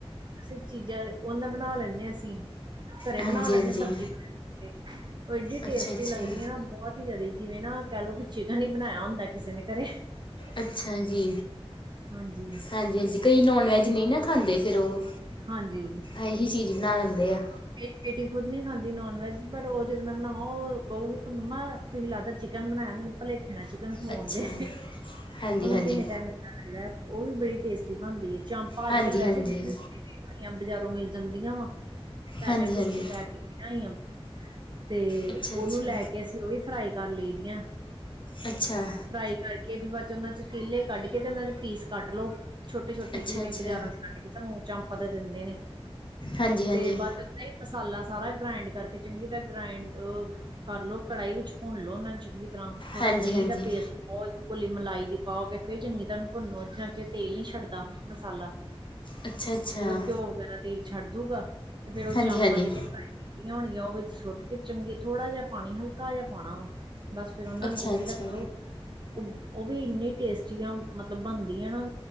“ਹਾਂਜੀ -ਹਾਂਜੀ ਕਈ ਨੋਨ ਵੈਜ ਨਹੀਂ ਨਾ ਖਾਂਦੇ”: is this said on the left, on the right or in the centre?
Left